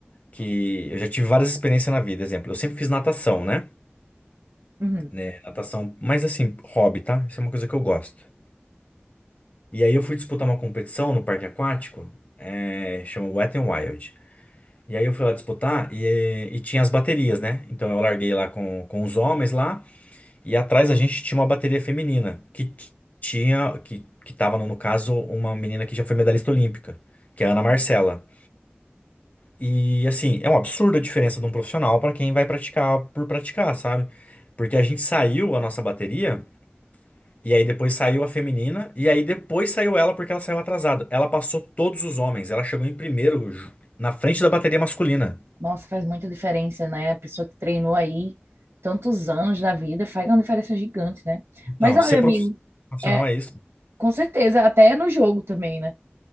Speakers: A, on the left; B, on the right.
A: que eu já tive várias experiências na vida. Exemplo, eu sempre fiz natação, né?
B: Uhum.
A: Né, Natação, mas assim, hobby, tá? Isso é uma coisa que eu gosto. E aí eu fui disputar uma competição no parque aquático, é, chama Wet n Wild. E aí eu fui lá disputar e, e tinha as baterias, né? Então eu larguei lá com, com os homens lá e atrás a gente tinha uma bateria feminina que t- tinha, que, que tava no, no caso uma menina que já foi medalhista olímpica, que é a Ana Marcela. E assim, é um absurdo a diferença de um profissional para quem vai praticar por praticar, sabe? Porque a gente saiu a nossa bateria e aí depois saiu a feminina e aí depois saiu ela porque ela saiu atrasada. Ela passou todos os homens, ela chegou em primeiro ju- na frente da bateria masculina.
B: Nossa, faz muita diferença, né? A pessoa que treinou aí tantos anos na vida faz uma diferença gigante, né?
A: Então,
B: Mas olha,
A: ser
B: amigo,
A: prof- profissional
B: é,
A: é isso?
B: com certeza, até no jogo também, né?